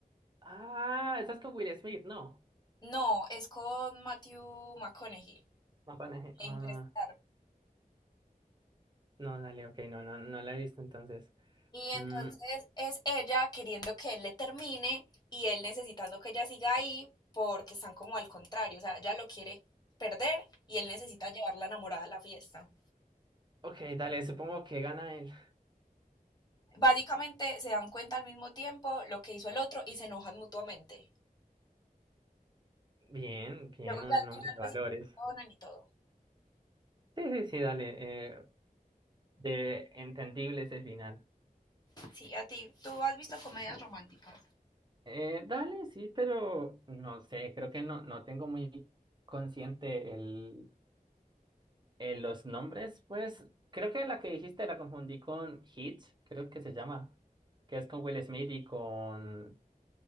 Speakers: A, on the right (about 30°); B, on the left (about 25°).
A: Ah, estás con Will Smith, no.
B: No, es con Matthew McConaughey
A: No, con ese- Ah,
B: e Interestelar.
A: no, dale, ok, no, no, no la he visto entonces.
B: Y entonces
A: Mm,
B: es ella queriendo que él le termine y él necesitando que ella siga ahí porque están como al contrario, o sea, ella lo quiere perder y él necesita llevarla enamorada a la fiesta.
A: ok, dale, supongo que gana él.
B: Básicamente se dan cuenta al mismo tiempo lo que hizo el otro y se enojan mutuamente.
A: Bien, bien,
B: Luego
A: un
B: ya al
A: hombre
B: final
A: de
B: pues
A: valores.
B: se perdonan y todo.
A: Sí, sí, sí, dale. eh, de entendible ese final.
B: Sí, a ti, tú has visto comedias románticas.
A: Eh, dale, sí, pero no sé, creo que no, no tengo muy consciente el, el- los nombres. Pues creo que la que dijiste la confundí con Hitch, creo que se llama, que es con Will Smith y con,